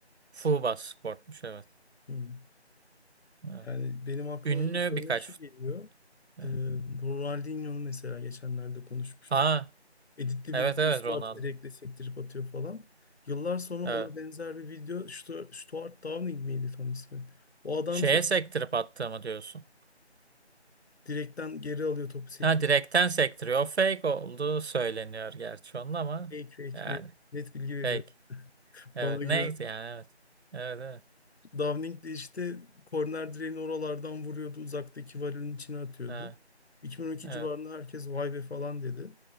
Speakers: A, on the right; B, on the left.
A: Fuba Sport'muş evet.
B: Hmm.
A: Evet.
B: Yani benim aklıma
A: Ünlü
B: ilk örnek
A: birkaç
B: şu
A: fut-
B: geliyor.
A: evet.
B: Ee, Ronaldinho mesela geçenlerde konuşmuştuk.
A: Ha
B: Editli
A: evet
B: bir videosu
A: evet Ronaldo.
B: vardı direktle sektirip atıyor falan. Yıllar sonra
A: Evet.
B: ona benzer bir video Stu- Stuart Downing miydi tam ismi? O adam
A: Şeye
B: şey
A: sektirip attığımı diyorsun.
B: direkten geri alıyor topu sekiyor.
A: Ha direkten sektiriyor. O fake olduğu söyleniyor gerçi onun ama
B: Fake fake
A: yani
B: net, net bilgi veriyor.
A: fake. Evet
B: Bana
A: neydi
B: güven.
A: yani evet. Evet evet.
B: Downing de işte korner direğini oralardan vuruyordu. Uzaktaki varilin içine atıyordu.
A: Evet.
B: 2012
A: Evet.
B: civarında herkes vay be falan dedi.